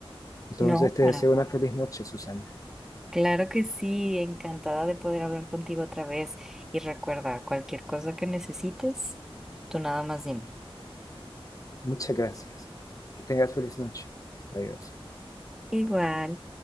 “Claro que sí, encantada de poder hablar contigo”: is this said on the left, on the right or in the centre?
Centre